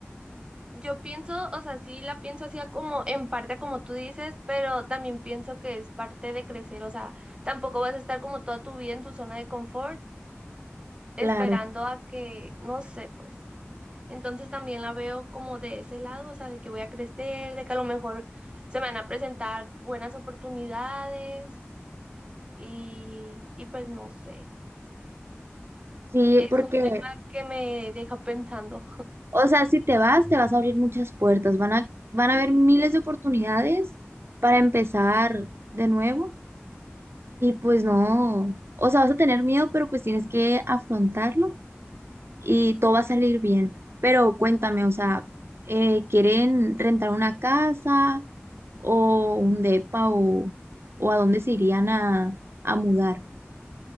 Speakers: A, on the right; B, on the right.
A: yo pienso, o sea, sí la pienso así a como en parte como tú dices, pero también pienso que es parte de crecer, o sea, tampoco vas a estar como toda tu vida en tu zona de confort esperando
B: claro.
A: a que, no sé, pues. Entonces también la veo como de ese lado, o sea, de que voy a crecer, de que a lo mejor se me van a presentar buenas oportunidades y, y pues no sé,
B: Sí,
A: es
B: porque,
A: un tema que me deja pensando.
B: o sea, si te vas, te vas a abrir muchas puertas, van a, van a haber miles de oportunidades para empezar de nuevo y pues no, o sea, vas a tener miedo, pero pues tienes que afrontarlo y todo va a salir bien. Pero cuéntame, o sea, eh, ¿quieren rentar una casa o un depa o, o a dónde se irían a, a mudar?